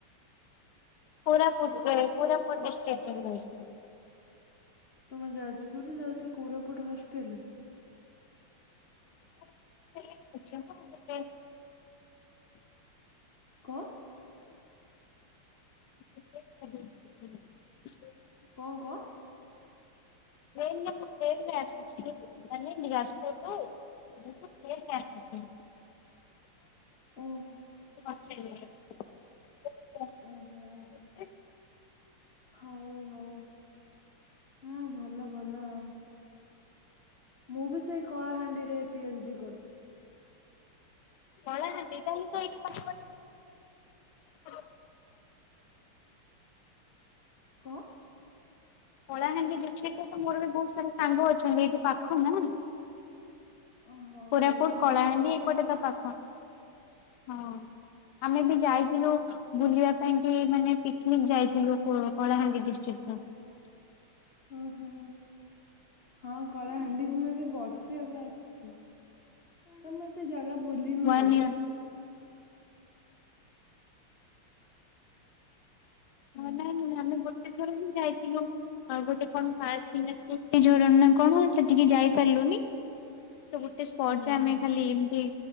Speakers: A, on the left; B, on the left.
A: କୋରାପୁଟ ରେ, କୋରାପୁଟ ଡିସ୍ଟ୍ରିକ୍ ଅଛି।
B: ମେ ଯାଜପୁରୁ ଯାଉଛ, କୋରାପୁଟ ହଷ୍ଟେଲ।
A: <unintelligible>
B: କଣ?
A: <unintelligible>
B: କଣ କଣ?
A: ଟ୍ରେନ ରେ ମୁଁ ଟ୍ରେନ ରେ ଆସୁଛି, ମାନେ ବିଳାସପୁର ରୁ ଟ୍ରେନ୍ ଆସ୍ତଛି।
B: ଓ
A: <unintelligible> <unintelligible> <unintelligible>
B: ଓହୋ ହଉ ହଉ। ହଁ ଭଲ ଭଲ ଆ। ମୁଁ ବି ସେଇ କଳାହାଣ୍ଡିରେ ପି ଏଚ ଡି କରୁଚି।
A: ପଳ ନା ତାାଲେ ତ ଏଇ <inaudible>
B: କଁ।
A: କଳାହାଣ୍ଡି ବିଛ ତ ତ ମୋର ବି ବହୁତ ସାରା ସାଙ୍ଗ ଅଛନ୍ତି ଏଇଠି ପାଖ ନା।
B: ଓହୋ
A: କୋରାପୁଟ
B: ଏଇଠୁ
A: କଳାହାଣ୍ଡି
B: ହଁ ସେଇଠୁ
A: ଏଇପଟେ ତ ପାଖ। ହଁ ଆମେ ବି ଯାଇଥିଲୁ ବୁଲିବା ପାଇଁ କି ମାନେ ପିକ୍ନିକ ଯାଇଥିଲୁ କଳାହାଣ୍ଡି ଡି <unintelligible>
B: ଓ ହୋଁ ହଁ କଳାହାଣ୍ଡିକୁ ମୁ ଏବେ ବର୍ଷେ ହବ ଆସିଚି। ତମେ ତ ଜାଗା ଭୁଲିନି
A: ୱାନ୍
B: ଆଉ।
A: ଇୟର
B: ହୁଁ
A: ଆ ନାଇଁ ମାନେ ଆମେ ଗୋଟେ ତେ ରଣ ଯାଇଥିଲୁ ଗୋଟେ କଣାର୍କତେ ଝରଣ ନା କଣ ସେଠିକେ ଯାଇପାରିଲୁନି। ତ ଗୋଟେ ସ୍ପଟରେ
B: ହୁଁ
A: ଆମେ
B: ହୁଁ
A: ଖାଲି ଏମତି